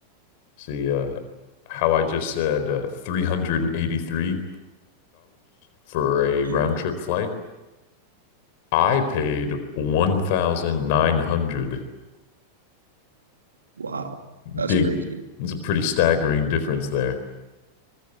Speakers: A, on the left (about 50°); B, on the right (about 70°).
A: See, uh, how I just said, uh, $383 for a
B: Yeah.
A: round trip flight. I paid 1,900.
B: Wow. That's
A: Big,
B: crazy.
A: it's a pretty staggering difference there.